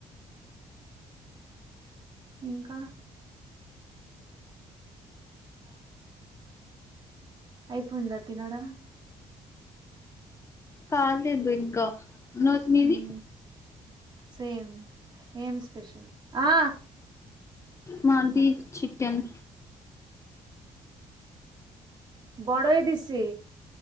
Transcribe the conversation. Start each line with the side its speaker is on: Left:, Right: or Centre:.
Right: ఇంక అయిపోంయిద తినడం
Left: కాలేదు ఇంక నువ్ నిది
Right: మ్మ్ సేమ్ ఏం స్పెషల్ ఆ
Left: మాది చికెన్
Right: బడయదిశీ